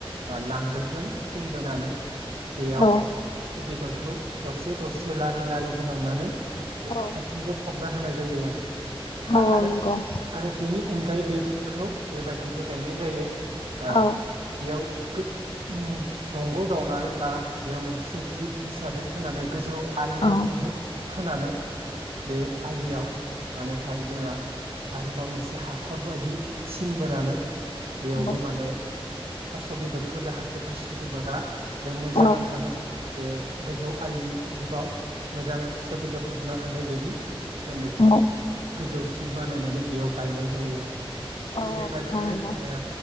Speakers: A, on the right (about 75°); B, on the left (about 65°).
A: नांग गोलजों सिन बोनानै बेयाव
B: औ
A: बेदरखौ दरसे-दरसे लारि-लारि होलांनानै बेखौ
B: औ
A: आथिंजों फबना होनाय जायो आरो दा
B: औ
A: आरो
B: नंगौ
A: आरो बेनि अनगायै बेफोरखौ बेबायदिबो गायनाय जायो । ओ
B: औ
A: बेयाव गो ओम दंग' जावनानै बा बेयाव मोनसे धिप हिसाबै खोनानै गोजौ आलि
B: औ
A: रखम हो खोनानै बे आलियाव मानेहाय जोंडो आरोबाव मोनसे हाखर बायदि सिन बोनानै बेयावबो
B: औ
A: माने थास' बेदर जाहाथे थास' बेदरा बेयाव मोजाङै
B: औ
A: थाङो बे गोजौ आलि धिबाव मोजाङै थास' बेदरफोरनो थानाय बायदि जों बेखौ
B: औ
A: गोजौ धिप बानायनानै बेयाव गायनाय जायो आरो
B: औ
A: थिग बेबायदिनो
B: नोंथां नंगौ
A: ओ